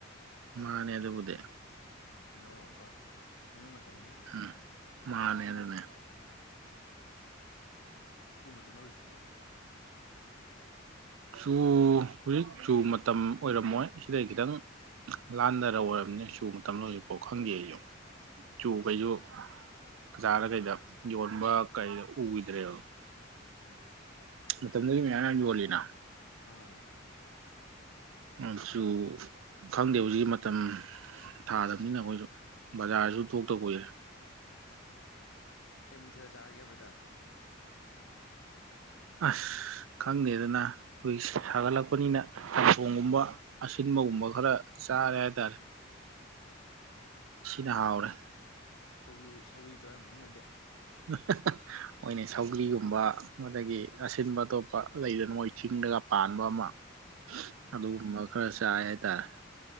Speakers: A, on the right (about 75°); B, on the left (about 75°).
A: ꯃꯥꯅꯦꯦ ꯑ ꯑꯗꯨꯕꯨꯗꯦ
B: ꯍꯩꯅꯧꯕ ꯍꯩꯅꯧ ꯃꯇꯝꯅꯤ ꯍꯧꯖꯤꯛ
A: ꯎꯝ ꯃꯥꯅꯦ ꯑꯗꯨꯅꯦ
B: ꯇꯅꯣꯁꯤꯕ
A: ꯆꯨ ꯍꯧꯖꯤꯛ ꯆꯨ ꯃꯇꯝ ꯑꯣꯏꯔꯝꯃꯣꯏ ꯁꯤꯗꯩ ꯈꯤꯇꯪ ꯂꯥꯟꯊꯔ ꯑꯣꯏꯔꯝꯅꯤ ꯆꯨ ꯇꯅꯣꯁꯨ
B: ꯎꯝ
A: ꯄꯣꯛ ꯈꯪꯒꯦ ꯑꯩꯁꯨ ꯆꯨꯕꯌꯨ ꯑꯣꯖꯥꯔꯗ ꯀꯩꯗ ꯌꯣꯟꯕ ꯀꯩ ꯎꯈꯤꯗ꯭ꯔꯦꯕ
B: ꯎꯝ
A: ꯃꯇꯝꯝꯗ ꯃ ꯌꯥ ꯌꯣꯂꯤꯅꯥ
B: ꯑꯥ
A: ꯑꯗꯨꯁꯨ ꯈꯪꯗꯦ ꯍꯧꯖꯤꯛꯀꯤ ꯃꯇꯝ ꯊꯥꯗꯕꯅꯤꯅ ꯑꯩꯈꯣꯏꯁꯨ ꯕꯖꯥꯔꯗꯁꯨ ꯊꯣꯛꯇꯕ ꯀꯏꯔꯦ
B: ꯀꯨ ꯊꯤ ꯆꯔꯑꯒꯦ ꯕ꯭ꯔꯗꯔ
A: ꯑꯁ ꯈꯪꯗꯦꯗꯅ ꯑꯩꯈꯣꯏ ꯁꯥꯒꯠꯂꯛꯄꯅꯤꯅ ꯁꯥꯪꯊꯣꯡꯒꯨꯝꯕ ꯑꯁꯤꯟꯕꯒꯨꯝꯕ ꯈꯔ ꯆꯥꯔꯦ ꯍꯥꯏ ꯇꯔꯦ ꯁꯤꯅ ꯍꯥꯎꯔꯦ
B: ꯁꯧꯒꯤ ꯁꯧꯤ ꯇꯣꯏꯔꯝꯕꯅꯤꯅꯗꯤ
A: <inaudible> ꯃ ꯑꯣꯏꯅ ꯁꯧꯒ꯭ꯂꯤꯒꯨꯝꯕ ꯑꯗꯒꯤ ꯑꯁꯤꯟꯕ ꯑꯇꯣꯞꯄ ꯂꯩꯗꯅ ꯃꯣꯏ ꯆꯤꯡꯗꯒ ꯄꯥꯟꯕ ꯑꯃ
B: ꯎꯝ
A: ꯍꯗꯣ ꯈꯔ ꯆꯥꯏ ꯍꯥꯏꯇꯥꯔꯦ